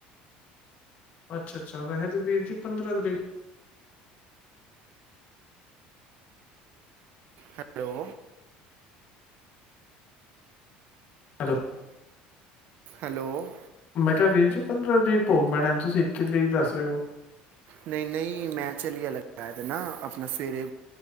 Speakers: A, on the left; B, on the right.
A: ਅੱਛਾ, ਅੱਛਾ ਵੈਸੇ ਤੇ ਵੀਰ ਜੀ। ਪੰਦਰਾਂ ਤਰੀਕ।
B: ਹੈਲੋ।
A: ਹੈਲੋ।
B: ਹੈਲੋ
A: ਮੈਂ, ਕਿਹਾਂ ਵੀਰ ਜੀ। ਪੰਦਰਾਂ ਤਰੀਕ ਭੋਗ ਪੈਣਾਂ, ਤੁਸੀਂ ਇੱਕੀ ਤਰੀਕ ਦੱਸ ਰਹੇਂ ਹੋ।
B: ਨਹੀਂ, ਨਹੀਂ, ਮੈਂ ਝੱਲਆ ਲੱਗਾ ਨਾ ਆਪਣਾ ਸਵੇਰੇ